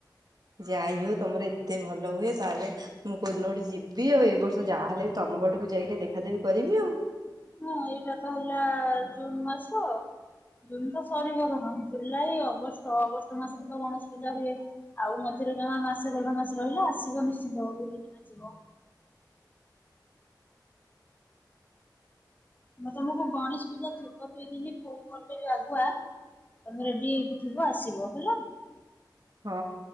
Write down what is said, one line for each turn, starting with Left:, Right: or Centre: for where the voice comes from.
Right: ଯାଇ ହଉ ତମର ଏତେ ଭଲ ହୁଏ ତାହେଲେ ମୁଁ କୋଉଦିନ ଗୋଟେ ଯିବି ଆଉ ଏଇ ବର୍ଷ ଯାହାହେଲେ ବି ତମ ପଟକୁ ଯାଇକି ଟିକେ ଦେଖାଦେଖି କରିବି ଆଉ।
Left: ହଁ ଏଇଟା ତ ହେଲା ଜୁନ ମାସ ଜୁନ ତ ସରିବ ଧର ଜୁଲାଇ ଅଗଷ୍ଟ ଅଗଷ୍ଟ ମାସରେ ତ ଗଣେଶ ପୂଜା ହୁଏ। ଆଉ ମଝିରେ ଜମା ମାସେ ଦେଢ ମାସେ ରହିଲା ଆସିବ ନିଶ୍ଚିନ୍ତ ବୁଲିକିନା ଯିବ। ମୁଁ ତମକୁ ଗଣେଶ ପୂଜା ଥିବ ଦୁଇ ଦିନି ଫୋନ୍ କରି ଦେବି ଆଗୁଆ ତମେ ରେଡ଼ି ହେଇକି ଥିବ ଆସିବ ହେଲା।
Right: ହଁ